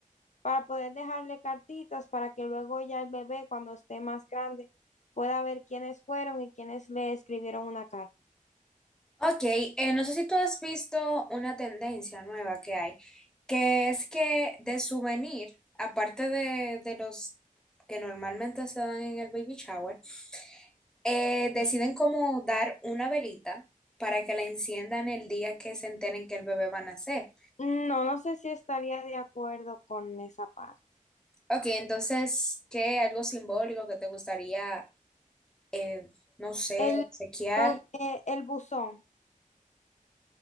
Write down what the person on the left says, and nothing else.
para poder dejarle cartitas para que luego ya el bebé, cuando esté más grande, pueda ver quiénes fueron y quiénes le escribieron una carta.
Mm, No, no sé si estaría de acuerdo con esa parte.
El,
lo de- el buzón.